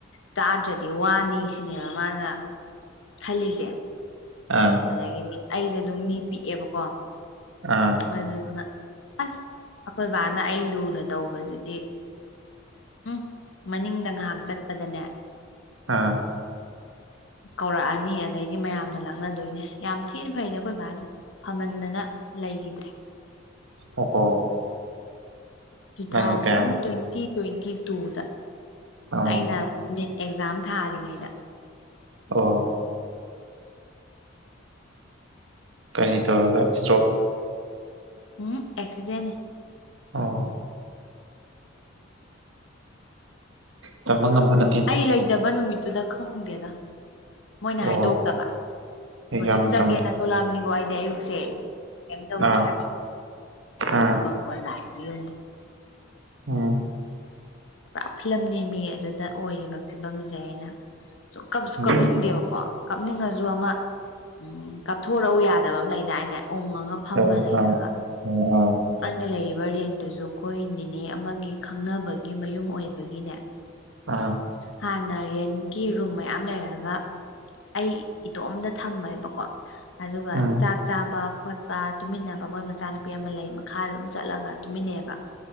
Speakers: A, on the left; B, on the right.
A: ꯆꯥꯗ꯭ꯔꯗꯤ ꯋꯥꯅꯤ ꯁꯤꯅꯦꯕ ꯃꯥꯅ ꯈꯜꯂꯤꯁꯦ
B: ꯑꯥ
A: ꯑꯗꯒꯤꯗꯤ ꯑꯩꯁꯦ ꯑꯗꯨꯝ ꯃꯤ ꯄꯤꯛꯑꯦꯕꯀꯣ
B: ꯑꯥ
A: ꯑꯗꯨꯅ ꯑꯁ ꯑꯩꯈꯣꯏꯕꯥꯅ ꯑꯩ ꯂꯨꯅ ꯇꯧꯕꯁꯤꯗꯤ ꯎꯝ ꯃꯅꯤꯡꯗ ꯉꯥꯏꯍꯥꯛ ꯆꯠꯄꯗꯅꯦ
B: ꯑꯥ
A: ꯀꯧꯔꯛꯑꯅꯤ ꯑꯗꯩꯗꯤ ꯃꯌꯥꯝꯅ ꯂꯥꯛꯅꯗꯣꯏꯅꯦ ꯌꯥꯝ ꯊꯤꯅ ꯐꯩꯅꯦ ꯑꯩꯈꯣꯏ ꯕꯥꯗꯤ ꯐꯝꯃꯟꯗꯅ ꯂꯩꯈꯤꯗ꯭ꯔꯦ
B: ꯑꯣ
A: ꯇꯨ
B: ꯅꯪꯅ
A: ꯊꯥꯎꯖꯟ
B: ꯀꯌꯥꯝ
A: ꯇ꯭ꯋꯦꯟꯇꯤ ꯇ꯭ꯋꯦꯟꯇꯤ ꯇꯨꯗ
B: ꯑꯣ
A: ꯑꯩꯅ ꯅꯤꯠ ꯑꯦꯛꯖꯥꯝ ꯊꯥꯔꯤꯉꯩꯗ
B: ꯑꯣ ꯀꯔꯤ ꯇꯧꯔꯒ ꯏꯁꯇ꯭ꯔꯣꯛ
A: ꯎꯝ ꯑꯦꯛꯁꯤꯗꯦꯟ
B: ꯑꯣ ꯇꯝꯕ ꯉꯝꯕꯅ
A: ꯑꯩ ꯂꯩꯇꯕ ꯅꯨꯃꯤꯠꯇꯨꯗ ꯈꯪꯗꯦꯗ ꯃꯣꯏꯅ
B: ꯑꯣ
A: ꯍꯥꯏꯗꯣꯛꯇꯕ
B: ꯑꯦꯛꯖꯥꯝ
A: ꯀꯣꯆꯤꯡ
B: ꯃꯇꯝꯒꯤ
A: ꯆꯠꯒꯦꯅ ꯊꯣꯛꯂꯛꯑꯕꯅꯤꯀꯣ ꯑꯩꯗꯤ ꯑꯌꯨꯛꯁꯦ ꯀꯩꯝ ꯇꯧꯗꯦ
B: ꯑꯥ
A: ꯍꯥꯏꯕ ꯗꯨꯗ
B: ꯑꯥ
A: ꯑꯗꯨꯒ <unintelligible>
B: ꯎꯝ
A: ꯄꯨꯔꯥ ꯐꯤꯂꯝ ꯅꯦꯝꯃꯤ ꯑꯗꯨꯗ ꯑꯣꯏꯔꯤꯕ ꯐꯤꯕꯝꯁꯦ ꯑꯩꯅ <unintelligible>
B: ꯎꯝ
A: ꯎꯅꯤꯡꯗꯦꯕꯀꯣ ꯀꯥꯞꯅꯤꯡꯉꯁꯨ ꯑꯃ ꯎꯝ ꯀꯞꯊꯣꯔꯛꯎ ꯌꯥꯗꯕ ꯑꯃ ꯂꯩꯗꯥꯏꯅꯦ ꯎꯪꯉꯒ ꯐꯝꯃ
B: ꯑꯥ
A: ꯂꯩꯔꯒ
B: ꯑꯥ
A: ꯑꯩꯅ ꯂꯩꯔꯤꯕ ꯔꯦꯟꯇꯨꯁꯨ ꯑꯩꯈꯣꯏ ꯅꯤꯅꯦ ꯑꯃꯒꯤ ꯈꯪꯅꯕꯒꯤ ꯃꯌꯨꯝ ꯑꯣꯏꯕꯒꯤꯅꯦ
B: ꯑꯥ
A: ꯍꯥꯟꯅ ꯔꯦꯟꯀꯤ ꯔꯨꯝ ꯃꯌꯥꯝ ꯂꯩꯔꯒ ꯑꯩ ꯏꯇꯣꯞꯝꯇ ꯊꯝꯃꯦꯕꯀꯣ ꯑꯗꯨꯒ
B: ꯎꯝ
A: ꯆꯥꯛ ꯆꯥꯕ ꯈꯣꯠꯄ ꯄꯥ ꯇꯨꯃꯤꯟꯅꯕ ꯃꯣꯏ ꯃꯆꯥꯅꯨꯄꯤ ꯑꯃ ꯂꯩ ꯃꯈꯥ ꯑꯗꯨꯝ ꯆꯠꯂꯒ ꯇꯨꯃꯤꯟꯅꯩꯑꯕ